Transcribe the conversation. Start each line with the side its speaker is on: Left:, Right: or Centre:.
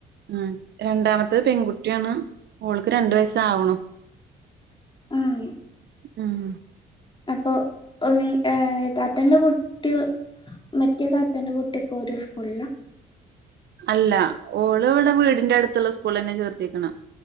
Right: ആഹ് രണ്ടാമത്തത് പെൺകുട്ടിയാണ്. ഓൾക്ക് രണ്ടു വയസാവണു
Left: ആഹ്
Right: ഉം.
Left: അപ്പൊ ഏ താത്തന്റെ കുട്ടി മറ്റേതാത്തന്റെ കുട്ടിയപ്പം ഒര് സ്കൂളിലാ?
Right: അല്ല, ഓള് ഇവിടെ വീടിന്റെ അട്ത്തുള്ള സ്കൂളിന്റെ അട്ത്തന്നെ ചേർത്തിക്ക്‌ണേ